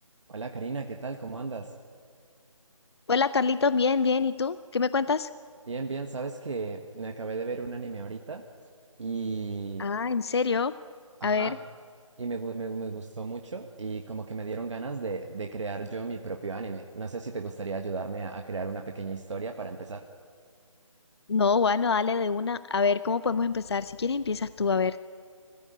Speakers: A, on the right (about 60°); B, on the left (about 50°).
A: Hola Karina, ¿qué tal? ¿Cómo andas?
B: Hola Carlitos, bien, bien. ¿Y tú? ¿Qué me cuentas?
A: Bien, bien, sabes que me acabé de ver un anime ahorita y...
B: Ah, ¿en serio?
A: Ajá,
B: A ver,
A: y me, gu- me, gu- me gustó mucho y como que me dieron ganas de, de crear yo mi propio anime. No sé si te gustaría ayudarme a, a crear una pequeña historia para empezar.
B: no, bueno, dale de una. A ver, ¿cómo podemos empezar? Si quieres, empiezas tú, a ver.